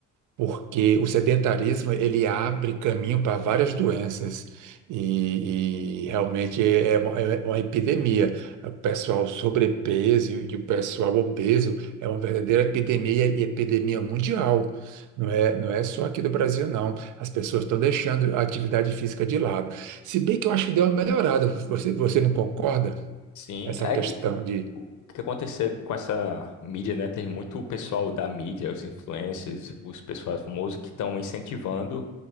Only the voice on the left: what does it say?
Sim,
é
que
o que aconteceu com essa mídia, né? Tem muito pessoal da mídia, os influencers, os pessoal famosos que estão incentivando